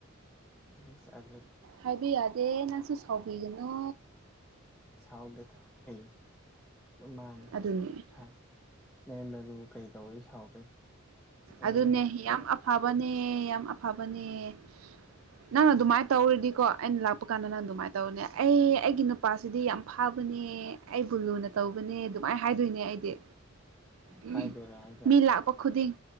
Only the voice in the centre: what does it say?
ꯎꯝ ꯑꯁ ꯑꯗꯨ
ꯁꯥꯎꯗꯦꯗ ꯀꯩ ꯃꯥꯅꯦ
ꯍꯥ ꯅꯦꯟꯗ ꯑꯗꯨꯕꯨ ꯀꯩ ꯇꯧꯋꯤ ꯁꯥꯎꯗꯣꯏꯅꯣ ꯑꯗꯨꯗꯤ
ꯅꯨꯡꯁꯤ
ꯍꯥꯏꯗꯣꯏꯔꯥ ꯍꯥꯏꯁꯦ